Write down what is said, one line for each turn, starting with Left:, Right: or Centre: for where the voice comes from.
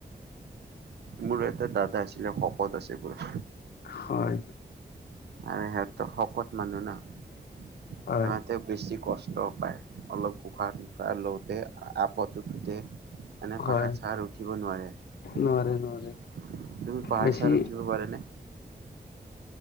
Right: মোৰ এটা দাদা আছিলে শকত আছে বৰ।
Left: হয়
Right: আৰু সিহঁতৰ শকত মানুহ ন সিহতে
Left: হয়
Right: বেছি কষ্টও পায়। অলপ উশাহ নিশাহ লওঁতে আপত উঠোতে। এনে
Left: হয়
Right: পাহাৰ চাহাৰ উঠিব নোৱাৰে। তুমি
Left: নোৱাৰে নোৱাৰে
Right: পাহাৰ
Left: বেছি
Right: চাহাৰ উঠিব পাৰা নে?